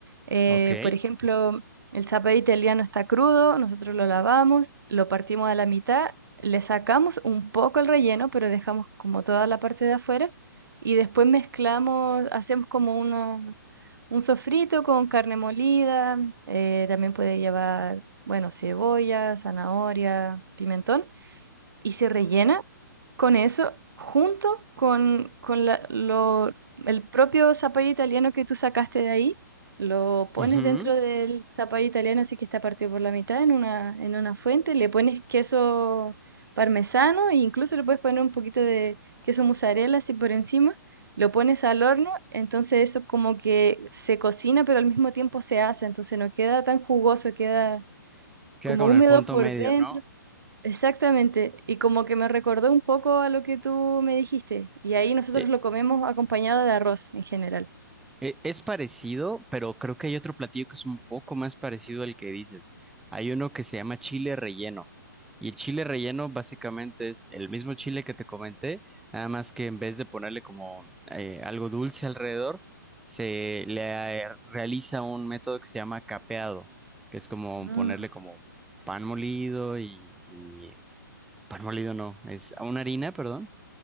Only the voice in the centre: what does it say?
Ok.
Ujú.
Queda
con
el punto
medio,
¿no?
Eh,
eh, es parecido, pero creo que hay otro platillo que es un poco más parecido al que dices. Hay uno que se llama chile relleno. Y el chile relleno básicamente es el mismo chile que te comenté, nada más que en vez de ponerle como eh, algo dulce alrededor, se le eh, realiza un método que se llama capeado, que es como
ponerle como pan molido y, y pan molido no, es una harina, perdón